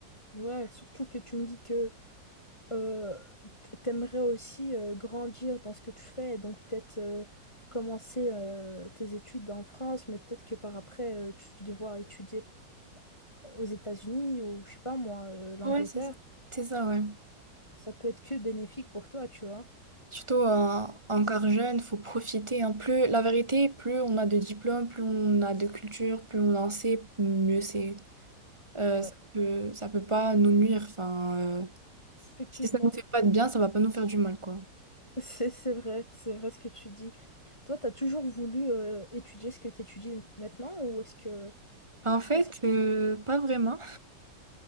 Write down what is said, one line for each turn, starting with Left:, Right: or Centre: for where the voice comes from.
Left: Ouais, surtout que tu me dis que euh, t- t'aimerais aussi euh, grandir dans ce que tu fais, donc peut-être euh, commencer euh, tes études en France, mais peut-être que par après euh, tu devras étudier aux États-Unis ou je sais pas moi, euh, l'Angleterre.
Right: Ouais, c'est ça. C'est ça, ouais.
Left: Ça peut être que bénéfique pour toi, tu vois.
Right: Surtout en encore jeune, faut profiter. hein. Plus, la vérité, plus on a de diplômes, plus on a de culture, plus on en sait, mieux c'est. Euh,
Left: Ouais,
Right: ça peut, ça peut pas nous nuire. Enfin, euh,
Left: effectivement.
Right: si ça nous fait pas de bien, ça va pas nous faire du mal, quoi.
Left: <laughs> C'est c'est vrai, c'est vrai ce que tu dis. Toi, t'as toujours voulu euh, étudier ce que t'étudies maintenant ou est-ce que
Right: En fait,
Left: est-ce que
Right: euh, pas vraiment.